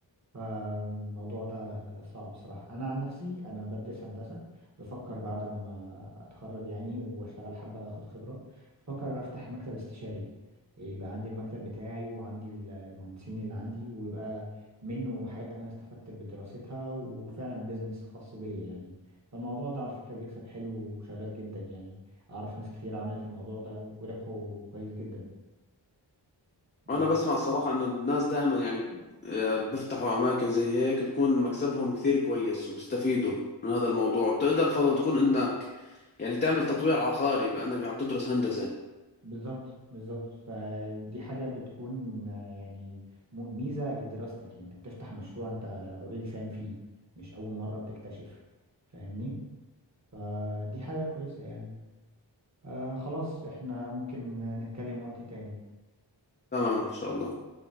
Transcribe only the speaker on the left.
انا
بسمع الصراحه ان الناس دائما يعني آه، بيفتحوا اماكن زي هيك بتكون مكسبهم كثير كويس وبيستفيدوا من هذا الموضوع وبتقدر فضلا تكون انك يعني تعمل تطوير عقاري بانك عم تدرس هندسه
تمام ان شاء الله